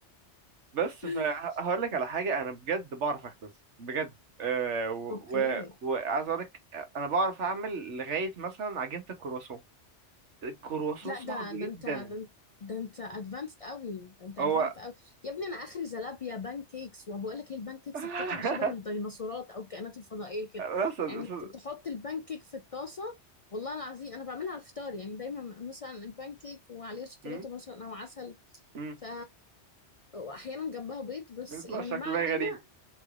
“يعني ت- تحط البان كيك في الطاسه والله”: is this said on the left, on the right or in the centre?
Left